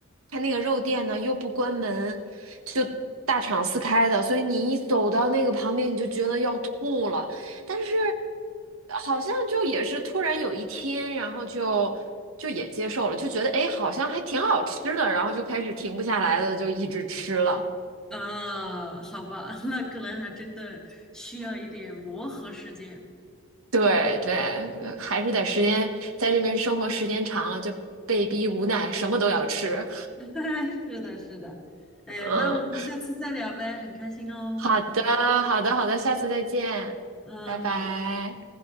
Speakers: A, on the right; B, in the centre.
A: 它那个肉店呢又不关门，就大敞四开的，所以你一走到那个旁边，你就觉得要吐了。但是好像就也是突然有一天，然后就就也接受了，就觉得哎，诶好像还挺好吃的，然后就开始停不下来了，就一直吃了。
B: 啊，好吧，<laughs> 那可能还真的需要一点磨合时间。
A: 对对，
B: 对，
A: 呃还是得时间在这边生活时间长了，就被逼无奈，什么都要吃。
B: <laughs> 是的，是的。哎，
A: 嗯，
B: 那我们下次再聊呗，很开心哦，
A: 好的，
B: 和你分享。
A: 好的，好的，下次再见，
B: 嗯，
A: 拜拜。
B: 好。